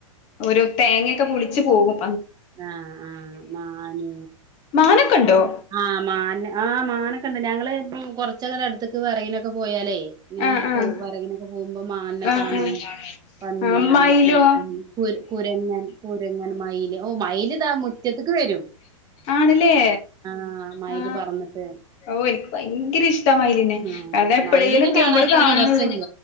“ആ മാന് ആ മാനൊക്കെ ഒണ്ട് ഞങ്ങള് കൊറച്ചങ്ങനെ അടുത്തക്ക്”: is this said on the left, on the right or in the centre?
Right